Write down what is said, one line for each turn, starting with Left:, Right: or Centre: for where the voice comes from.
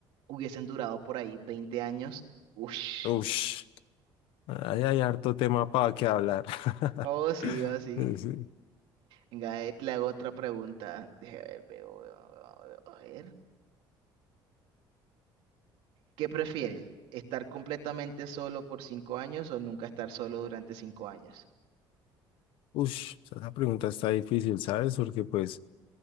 Right: hubiesen durado por ahí 20 años. Ush.
Left: Ush. Ahí hay harto tema para que hablar. <laughs>
Right: Oh, sí, oh, sí.
Left: Sí.
Right: Venga, eh, le hago otra pregunta. Deje ver, veo, veo, veo, veo, a ver. ¿Qué prefieres? ¿Estar completamente solo por cinco años o nunca estar solo durante cinco años?
Left: Ush, esa pregunta está difícil, ¿sabes? Porque pues